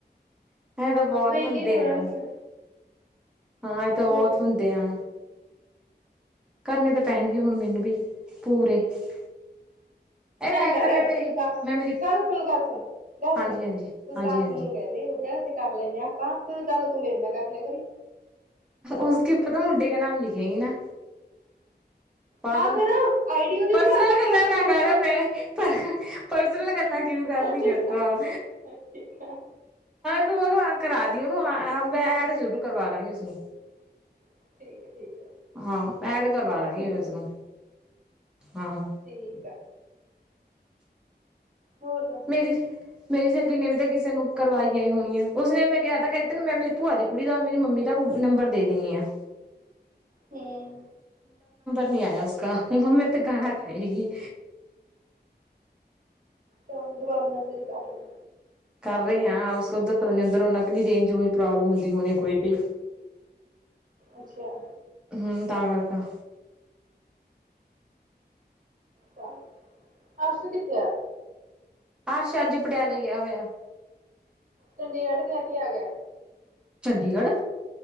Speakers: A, in the centre; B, on the right.
A: ਅਸੀਂ ਤਾਂ ਬਹੁਤ
B: ਵਿਹਲੀ
A: ਮੰੰਦੇ
B: ਨੇ ਉਹਨਾਂ
A: ਆਂ
B: ਨੇ ਕਿਹਾ
A: ਹਾਂ, ਇਹ ਤਾਂ ਬਹੁਤ
B: ਹੋਰ
A: ਹੁੰਦੇ ਆ ਕਰਨੇ ਤਾਂ ਪੈਣਗੇ ਹੁਣ ਮੈਨੂੰ ਵੀ ਪੂਰੇ ਇਹ ਵੈਸੇ
B: ਐਂ ਕਰ,
A: ਤਾਂ ਮੈਂ ਮੇਰੀ
B: ਕਸ
A: ਮੈਂ ਮੇਰੀ
B: ਗੱਲ ਸੁਣ, ਗੱਲ ਸੁਣੋ, ਗੱਲ
A: ਹਾਂਜੀ
B: ਸੁਣੋ
A: ਹਾਂਜੀ
B: ਤੂੰ
A: ਹਾਂਜੀ
B: ਕੈਸੂ
A: ਹਾਂਜੀ
B: ਨੂੰ ਕਹਿ ਦੇ ਉਦੇ ਤੇ ਕਰ ਲੈਂਨੇ ਆ ਆਪਾਂ। ਤੇ ਗੱਲ ਤੂੰ ਮੇਰੇ ਨਾਲ ਕਰ ਲਿਆ ਕਰੀਂ।
A: ਉਸਕੇ ਉਪਰ ਤਾਂ ਮੁੰਡੇ ਕ ਨਾਮ ਲਿਖੇ ਹੀ ਨਾ। ਪਾਗਲ,
B: ਹਾਂ ਫੇਰ ਆਈਡੀ ਉਹਦੀ
A: ਪਰਸਨਲ
B: ਬਣਾ ਦਾਂਗੇ
A: ਗੱਲਾਂ
B: ਆਪਾਂ
A: ਨਾਂ
B: ਗੱਲ
A: ਕਰ, ਮੈਂ ਪਰ ਪਸਨਲ ਗੱਲ ਕਿਉਂ ਕਰਣੀਆਂ
B: ਠੀਕ
A: ਨਾ
B: ਆ।
A: ਦਾ
B: ਠੀਕ ਆ
A: ਤੂੰ ਉਹਨੂੰ ਕਰਾ ਦੀ ਉਹਨੂੰ ਹਾਂ ਮੈਂ ਐਡ ਜ਼ਰੂਰ ਕਰਵਾ ਲਾਂਗੀ ਉਸਨੂੰ।
B: ਠੀਕ ਆ ਠੀਕ ਆ।
A: ਹਾਂ, ਐਡ ਕਰਵਾਦਾਂਗੀ
B: ਹੂੰ ਚੰਗਾ
A: ਉਸਨੂੰ। ਹਾਂ
B: ਠੀਕ ਆ। ਹੋਰ ਦੱਸ
A: ਮੇਰੀ ਮੇਰੀ ਸੇਲੀ ਨੇ ਵੀ ਕਿਸੇ ਨੂੰ ਕਰਵਾਈਆਂ ਈ ਹੋਣੀਆਂ ਉਸਨੇ ਮੈਂ ਕਿਹਾ ਕਨ ਮੈਂ ਮੇਰੀ ਭੂਆ ਦੀ ਕੁੜੀ ਦਾ, ਮੇਰੀ ਮੰਮੀ ਦਾ ਨੰਬਰ ਦੇ ਦੇਣੀ ਆਂ।
B: ਹਂ
A: ਨ੍ਹੀਂ ਆਇਆ ਉਸਕਾ, ਉ ਮੇਰੇ ਤੇ ਗਾਲਾਂ ਖਾਏਗੀ।
B: ਚੱਲ ਮੈਂ ਦੁਬਾਰਾ ਮੈਸੇਜ ਕਰ ਲੀ।
A: ਕਰ ਰਹੇ ਹਾਂ ਉਸ ਕੋ ਉਧਰ ਪਤਾ ਨੀਂ ਉੱਧਰ ਉਹਨਾਂ ਕਹਦੀ ਰੇਂਜ ਰੂਂਜ ਪ੍ਰੋਬਲਮ ਹੁੰਦੀ ਹੋਣੀ ਕੋਈ ਪਈ
B: ਅੱਛਾ
A: ਹਂ ਤਾਂ ਕਰਕੇ ਆਹ
B: ਚਲੋ ਅਰਸ ਕਿੱਥੇ ਆ?
A: ਅੱਰਸ਼ ਅੱਜ ਪਟਿਆਲੇ ਗਿਆ ਹੋਇਆ।
B: ਚੰਡੀਗੜ੍ਹ ਕ ਕੇ ਆ ਗਿਆ।
A: ਚੰਡੀਗੜ੍ਹ!